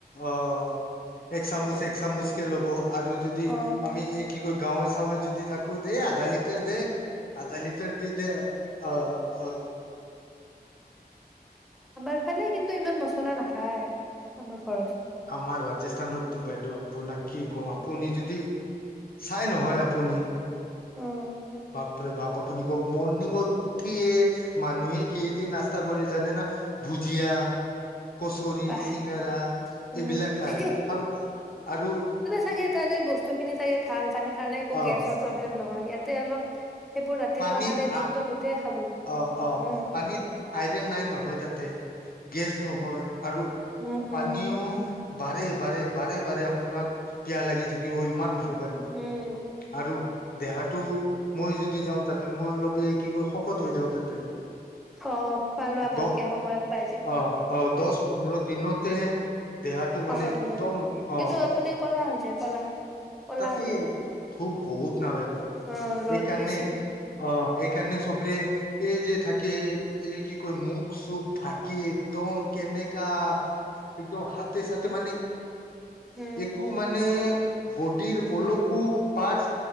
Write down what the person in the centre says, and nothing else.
অ
আমাৰ ফালে কিন্তু ইমান মছলা নাখায়। আমাৰ ঘৰত
উম
উম।
বাহ
উম
চাগে তাৰে বস্তু খিনি চাগে ভাল থাকে। কাৰণে একো
গ্ৰেচৰ প্ৰব্লেম নহয়। হয় ইয়াতে অলপ সেইবোৰ ৰাতিপুৱা
খালে দিনতটো
গোটেই খাব। উম
উম
উম
উম
অ খোৱা লোৱা ভালকে
সময়ত পাই যে
শকত
হৈ যায় কিন্তু
আপুনি কলা হৈ যায় কলা। কলা
হৈ যায়
অ ৰ'দ
বেছি
উম